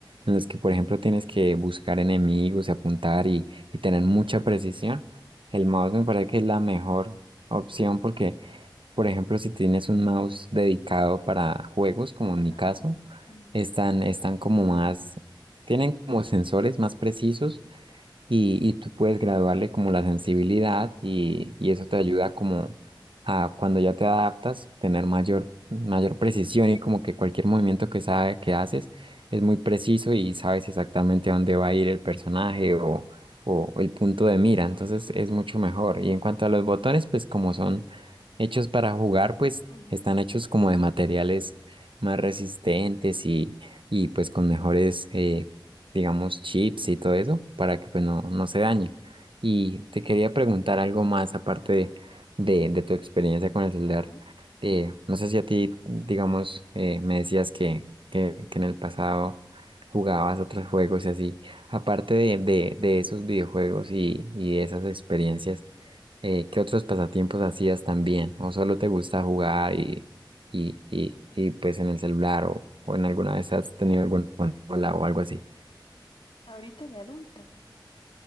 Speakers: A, on the right; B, on the left.
A: en los que, por ejemplo, tienes que buscar enemigos y apuntar y, y tener mucha precisión. El mouse me parece que es la mejor opción porque por ejemplo, si tienes un mouse dedicado para juegos, como en mi
B: Ah,
A: caso,
B: mm,
A: están, están como más, tienen como sensores más precisos y, y tú puedes graduarle como la sensibilidad y, y eso te ayuda como a cuando ya te adaptas, tener mayor, mayor precisión y como que cualquier movimiento que sabe que haces es muy preciso y sabes exactamente a dónde va a ir el personaje o, o el punto de mira, entonces es mucho mejor. Y en cuanto a los botones, pues como son hechos para jugar, pues
B: ujú,
A: están hechos como de materiales más resistentes y, y pues con mejores eh, digamos, chips y todo eso, para que pues no, no se dañe. Y te quería preguntar algo más aparte de, de, de tu experiencia con el celular.
B: ajá.
A: Eh, no sé si a ti, digamos, eh, me decías que, que, que en el pasado jugabas otros juegos y así. Aparte de, de, de esos videojuegos y, y esas experiencias, eh, ¿qué otros pasatiempos hacías también? ¿O solo te gusta jugar y, y, y, y pues en el celular o, o en alguna vez has tenido alguna consola o algo así?
B: Ahorita de adulta.